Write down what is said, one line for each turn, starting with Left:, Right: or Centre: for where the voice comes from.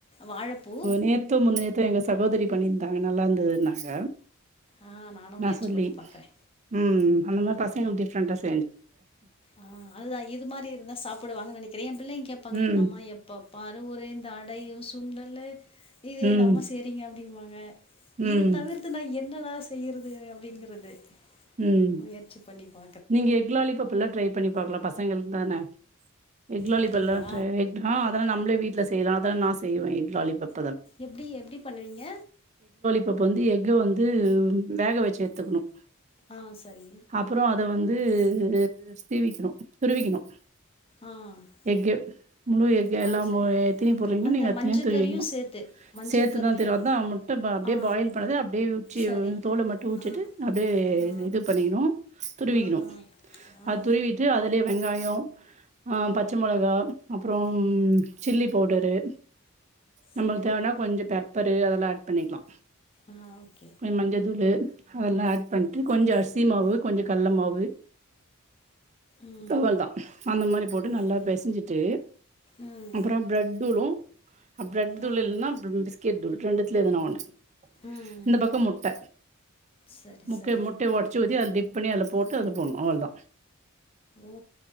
Left: வாழப்பூ
Right: நேத்தோ முந்தாநேத்தோ எங்க சகோதரி பண்ணியிருந்தாங்க நல்லா இருந்தது நாங்க
Left: ஆ நானு முயற்சி
Right: நான் சொல்லி
Left: பண்ணி பாக்குறே
Right: உம் அந்தமார் பசங்க டிஃரண்ட்டா செ
Left: ஆஹ் அதுதான் இது மாதிரி இருந்தா சாப்பிடுவாங்க நெனைக் <unintelligible> பிள்ளைங்க கேப்பாங்க
Right: ம்.
Left: என்னம்மா எப்பப்பாரு ஒரே இந்த அடையும் சுண்டலு இதேதான்
Right: ம்.
Left: மா செய்றீங்க அப்டின்னு வாங்க
Right: ம்.
Left: இத தவிர்த்து நா என்னடா செய்யுறது அப்டிங்கறது
Right: ம்.
Left: முயற்சி நீப்ப
Right: நீங்க எக்லாலிபாப்ல்லா ட்ரை பண்ணி பாக்கலா பசங்களுக் தான எக்லாலிப்
Left: அப்டிங்களா
Right: எல்லா ட்ரை அஹ் அதல்லா நம்ளே வீட் செய்யலாம் அதான் நான் செய்வேன் எஃகு லாலிபப்
Left: எப்டி எப்டி பண்ணுவீங்க
Right: இப்ப வந்து எஃக வந்து வேக வெச்சு எடுத்துக்கணும்
Left: ஆஹ் சரி
Right: அப்புறம் அத வந்து இது சிவிக்கும் துருவிக்கணும்
Left: ஆ
Right: எஃகு முழு எஃகு
Left: ஆ
Right: எல்லா
Left: சரி
Right: மு எத்தினி போடுறீங்களோ
Left: அந்த
Right: நீங்க எத்தனியும்
Left: மஞ்ச
Right: துருவிக்கணும்
Left: கறியு சேத்து மஞ்சள்
Right: சேத்துதான்
Left: கருவியு
Right: திர அ தான் முட்ட அப்டியே
Left: ஆ
Right: பாயில் பண்ணது அப்டியே உச்சி
Left: சரி
Right: தோல மட்டும் உச்சிட்டு
Left: ஆ
Right: அப்டியே
Left: ஆ
Right: இது பண்ணிகணும் துருவிகணும்
Left: ஆ ஆ ஆ ஆ
Right: அது துருவிட்டு அதுலே வெங்காயம் பச்ச மொளகா அப்புறம் சில்லி பவுடரு நம்மளுக்
Left: சரி
Right: தேவனா கொஞ்ச பெப் பெப்பரு அதெலா ஆட் பண்ணிகலா
Left: ஆ ஓகே
Right: கொஞ்ச மஞ்ச தூளு அதலா ஆட் பன்ட்டு கொஞ்ச அரிசி மாவு கொஞ்ச கல்ல மாவு
Left: ம்
Right: தவல் தா அந்த மாரி போட்டு நல்லா
Left: ஓகே
Right: பெசஞ்சிட்டு
Left: ம்
Right: அப்புறோ பிரெட் தூளு அ ப்ரட் தூள்
Left: ம்
Right: இல்னா ப் பிஸ்கெட் தூள் ரெண்டுது துல எதுனா ஒண்ணு
Left: ம்
Right: இந்த பக்கோ முட்ட
Left: சரி
Right: முட்ட
Left: சரி
Right: முட்ட ஒடச்சு ஊத்தி அத் இப்ப நீ அதல போட்டு அதுல போடணு அவள்தா
Left: ஓ